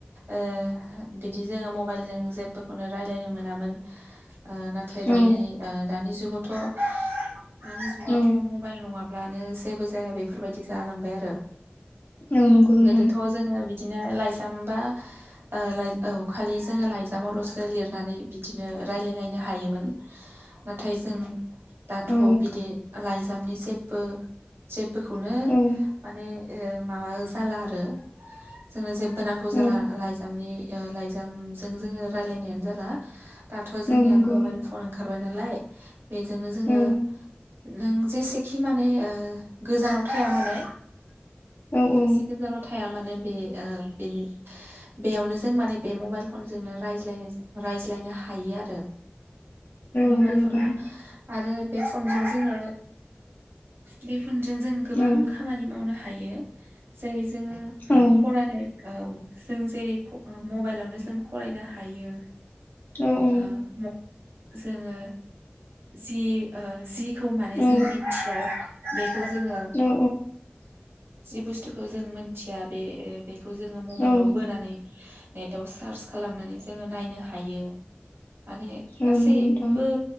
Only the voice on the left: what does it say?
औ
औ
औ नंगौ नोंथां।
औ
औ
औ
औ नंगौ
औ
औ औ
नंगौ नोंथां
औ
औ
औ औ।
औ
औ
औ
औ नंगौ नोंथां